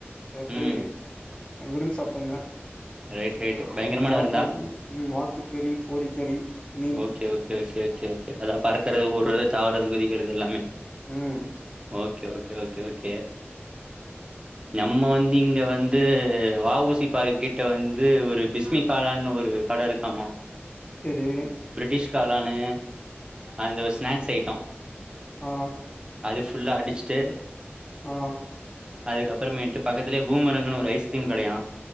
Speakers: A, on the left; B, on the right.
A: சோ போயி
B: ம்
A: விருந்து சாப்ட்டு வந்த
B: ரைட் ரைட் பயங்கரமான
A: வாத்து
B: விருந்தா
A: உ வாத்துக்கறி, கோழிக்கறி மீன்
B: ஓகே ஓகே கேகேகே அதா பறக்கறது ஊறது தாவறது குதிக்கறது எல்லாமே
A: ம்
B: ஓகே ஓகே ஓகே ஓகே நம்ம வந்து இங்க வந்து வ ஊ சி பார்க்கிட்ட வந்து ஒரு பிஸ்மிக் காலான்னு ஒரு கட இருக்காமா
A: செரி
B: பிரிட்டிஷ் காலானு அந்த ஸ்நாக்ஸ் ஐட்டோ
A: ஆ
B: அது ஃபுல்லா அடிச்சுட்டு
A: ஆ
B: அதுக்கப்புறமேட்டு பக்கத்துல பூமரங்கன்னு ஒரு ஸ்கிரீம் கடையா